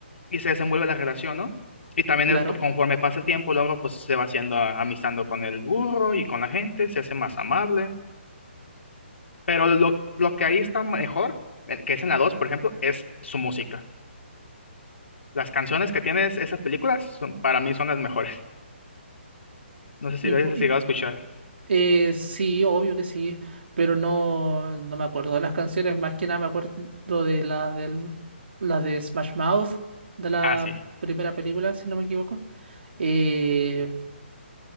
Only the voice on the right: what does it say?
Claro.
Y,
pu-
y,
eh, sí, obvio que sí, pero no, no me acuerdo de las canciones. Más que nada me acuerdo de la, del, la de Smash Mouth, de la
primera película, si no me equivoco. Eh,